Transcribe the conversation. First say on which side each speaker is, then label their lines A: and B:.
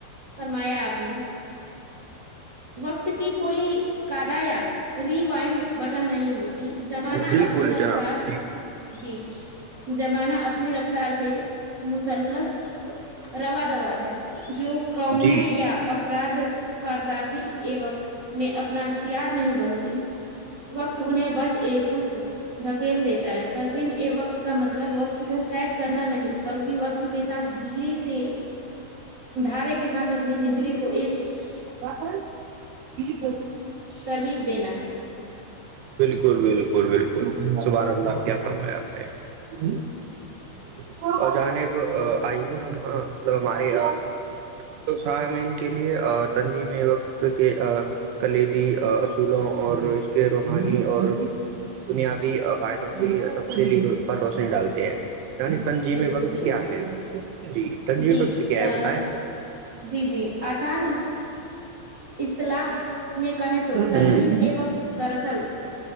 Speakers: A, on the right; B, on the right.
A: فرمایا آپ اپنے وقت کی کوئی کادا یا ری وائنڈ بٹن نہیں ہوتی زمانہ
B: بالکل
A: اپنی رفتار
B: جناب
A: سے
B: جی
A: جی جی جمانہ اپنی رفت تر سے مسلث رواادا ہے جو قومیں
B: جی
A: یا افراد بارداشی ا وقت میں اپنا شیار نہیں بنتی وقت انہیں بس یہ پست دھکیل دیتے تظیم ا وقت کا مطلب وقت کو قید کرنا نہیں بلکہ وقت کے ساتھ دھیرے سے دارے کے ساتھ اپنی زندگی کو ایک ہ <inaudible>
B: بکل
A: تربیب دینا ہے
B: بالکل بالکل بالکل صبح اللہ کیا فرمایا گے اور جانب آئیے ہم ہمارے یہاں تو س کے لیے تنجیم وقت کے کلیدی اصولوں اور اس کے روحانی اور بنیابی فائدوں کی تفصیلی پر روشنی ڈالتے ہیں انی تنظیم
A: بالکل
B: وقت
A: بالکل
B: کیا ہے جی تنج
A: جی
B: بت کیا ہے
A: آ،
B: بتیں
A: جی جی آسان اصطلاح میں کہیں تو تنظیم
B: ہ
A: اے وقت درصل